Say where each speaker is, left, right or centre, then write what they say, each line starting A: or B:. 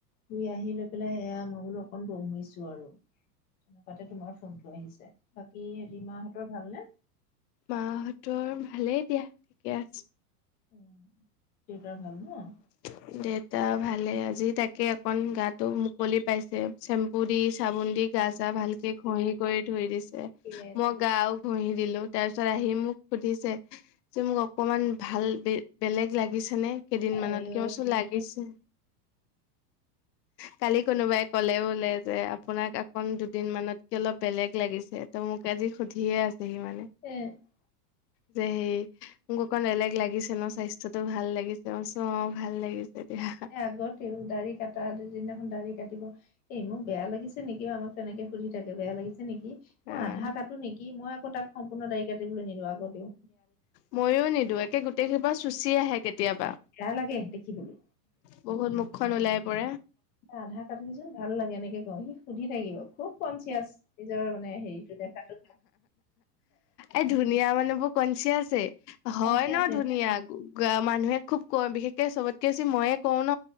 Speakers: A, on the left; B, on the left.
A: ধুই আহি লৈ পেলাই সেয়া মই বোলো অকণ বহিছো আৰু। তেনেকুৱাতে তোমাৰ ফোনটো আহিছে। বাকী হেৰি মাহঁতৰ ভালনে?
B: মাহঁতৰ ভালেই দিয়া, ঠিকে আছে।
A: উ দেউতাৰ ভাল ন?
B: <inaudible> দেউতা ভালে। আজি তাকে অকন গাটো মুকলি পাইছে। চেম্পু দি, চাবোন দি গা চা ভালকে ঘঁহি কৰি ধুই দিছে।
A: তাকে
B: মই
A: তাকে
B: গাওক ঘঁহি দিলোঁ। তাৰপিছত আহি মোক সুধিছে যে মোক অকণমান ভাল বে বেলেগ লাগিছেনে? কেইদিনমানত
A: আই ঐ।
B: কিয় চোন লাগিছে। কা কোনোবাই ক'লে বোলে যে আপোনাক অকন দুদিনমানতকে অলপ বেলেগ লাগিছে। ত' মোক আজি সুধিয়ে আছেহি মানে।
A: এ
B: যে সি মোক অকণ বেলেগ লাগিছে স্বাস্থ্যটো ভাল লাগিছে? মই কৈছোঁ অ ভাল লাগিছে। দিয়া
A: এ আগতেও দাড়ি কটা দি যোনদিনাখন দাড়ি কাটিব এই মোক বেয়া লাগিছে নেকি আক তেনেকে সুধি থাকে। বেয়া লাগিছে নেকি? মই
B: আহ
A: আধা কাটো নিদি মই আকৌ তাক সম্পূৰ্ণ দাড়ী কাটিবলৈ নিদো আগ দিও।
B: ময়ো নিদো। একে গোটেই খোপা চুচি আহে কেতিয়াবা।
A: বেয়া লাগে দেখিবলৈ
B: বহুত মুখখন ওলাই পৰে।
A: আধা কাটি দিচোন ভাল লাগে এনেকে কয়, সি সুধি থাকিব। খুব কনচিয়াচ নিজৰ মানে হেৰিটো দেখাটো
B: এই ধুনীয়া মানে বোক কনচিয়াছে, হয়
A: কনচিয়াছে
B: ন ধুনীয়া। মানুহে খুব ক বিশেষকে চবতকে বেছি ময়ে কওঁ ন।